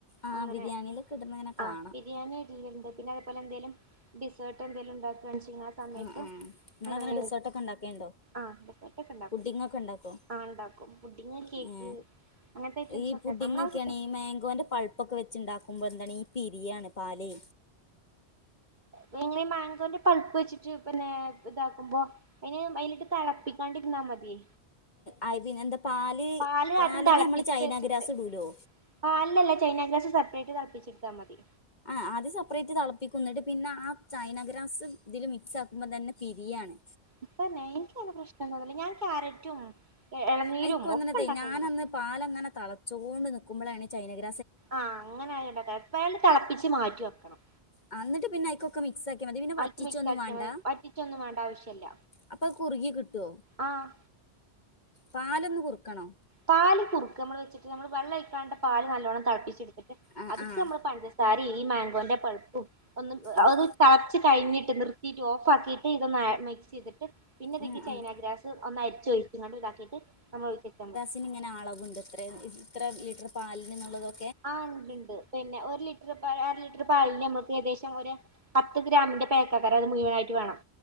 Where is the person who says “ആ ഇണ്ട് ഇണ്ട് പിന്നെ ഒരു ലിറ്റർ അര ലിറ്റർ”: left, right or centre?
Right